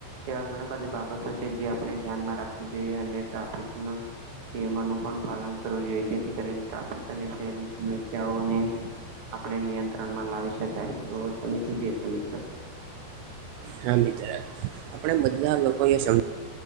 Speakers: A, on the right; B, on the right.
A: એવા ઘણા બધી બાબતો છે જે આપણે ધ્યાનમાં રાખવી જોઈએ અને ટ્રાફિક ના નિયમોનું પણ પાલન કરવું જોઈએ જેથી કરીને ટા ફિક અને શહેરની સમસ્યાઓને આપણે નિયંત્રણ માં લાવી શકાય, તો તમે શું કહેશો મિત્ર
B: હા મિત્ર આપડે બધા લોકો એ સમ